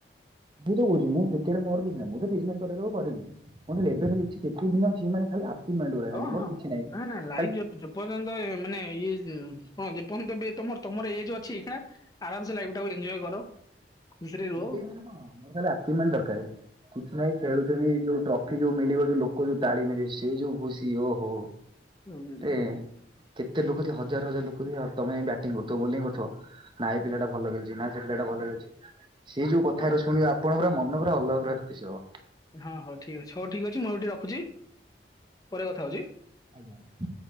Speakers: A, on the right; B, on the left.
A: ମୁଁ ତ କହୁଚି ମୁଁ କ୍ରିକେଟ୍ ମୋର କିଛି ନାହିଁ ମୁଁ ତ ବିଜନେସ କରିଆ ଲୋକ କରିବି, ମୋ ଖାଲି ଏବେ ଖାଲି ଇଚ୍ଛା ଯେତିକି ଦିନ ଅଛି ମାନେ ଖାଲି ଆଚିଭମେଣ୍ଟ ଗୁରା ଖାଲି
B: ହଁ
A: ମୋର
B: ହଁ
A: କିଛି ନାହିଁ
B: ନାଇଁ ନାଇଁ ଲାଇଭ
A: ଖାଲି
B: ଯେ-ଯେପର୍ଯ୍ୟନ୍ତ ମାନେ ଇଏ ହଁ ଯେପର୍ଯ୍ୟନ୍ତ ବି ତମର ତମର ଏଜ ଅଛି ଏଇଖିଣା, ଆରାମସେ ଲାଇଫ୍ ଟାକୁ ଏଞ୍ଜୟ କର ଖୁସିରେ ରୁହ
A: ତାହେଲେ ଆଜି ମେନ୍ ଦରକାର କିଛି ନାହିଁ ଖେଳୁଚନ୍ତି
B: ହୁଁ।
A: ଏଇ ଯୋଉ ଟ୍ରଫି ଯୋଉ ମିଳିବ ଯୋଉ ଲୋକ ଯୋଉ ତାଳି ମାରିବେ ସେ ଯୋଉ ଖୁସି ଓହୋ।
B: <unintelligible>
A: ଏ କେତେ ଲୋକ ଯଦି ହଜାର ହଜାର ଲୋକ ବି ତମେ ବ୍ୟାଟିଂ କରୁଥିବ ବୋଲିଂ କରୁଥିବ ନାଁ ଏଇ ପିଲାଟା ଭଲ ଖେଳୁଛି ନା ସେଇ ପିଲା ଭଲ ଖେଳୁଛି ସେଇ ଯୋଉ କଥା
B: ହଁ
A: ଗୁରା
B: ହଁ
A: ଶୁଣିବ ଆପଣ ପୁରା ମନ ପୁରା ଅଲଗା ପ୍ରକାର ଖୁସି ହବ।
B: ହଁ ହଉ ଠିକ ଅଛି। ହଉ ଠିକ ଅଛି। ମୁଁ ଏବେ ଟିକେ ରଖୁଛି? ପରେ କଥା ହଉଛି।
A: ଆଜ୍ଞା।